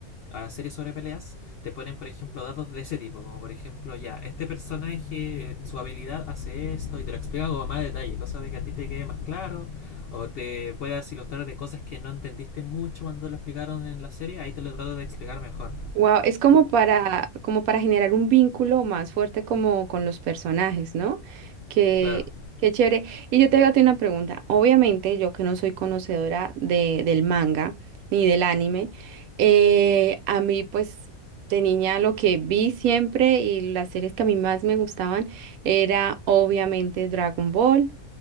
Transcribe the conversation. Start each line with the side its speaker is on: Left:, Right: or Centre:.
Left: a las series sobre peleas, te ponen, por ejemplo, datos de ese tipo, como por ejemplo, ya, este personaje, eh, su habilidad hace esto, y te lo explica con más detalle, cosas de que a ti te quede más claro, o te puedas ilustrar de cosas que no entendiste mucho cuando lo explicaron en la serie, ahí te lo trato de explicar mejor.
Right: Wow. Es como para, como para generar un vínculo más fuerte como con los personajes, ¿no? Que,
Left: Claro.
Right: qué chévere. Y yo te hago a ti una pregunta. Obviamente, yo que no soy conocedora de, del manga ni del anime, eh, a mí, pues, de niña lo que vi siempre y las series que a mí más me gustaban era obviamente Dragon Ball.